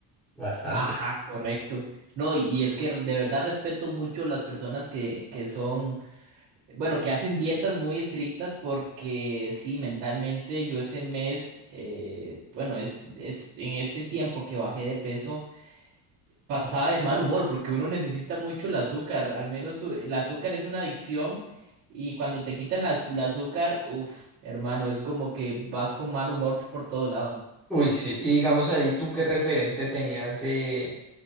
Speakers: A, in the centre; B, on the right.
A: bastante.
B: Ajá, correcto. No, y, y es que de verdad respeto mucho las personas que, que son, bueno, que hacen dietas muy estrictas porque sí, mentalmente yo ese mes, eh, bueno, es, es en ese tiempo que bajé de peso, pasaba de mal humor porque uno necesita mucho el azúcar, al menos u- el azúcar es una adicción y cuando te quitan la, el azúcar, uff, hermano, es como que vas con mal humor por todo lado.
A: Uy, sí, y digamos ahí, ¿tú qué referente tenías de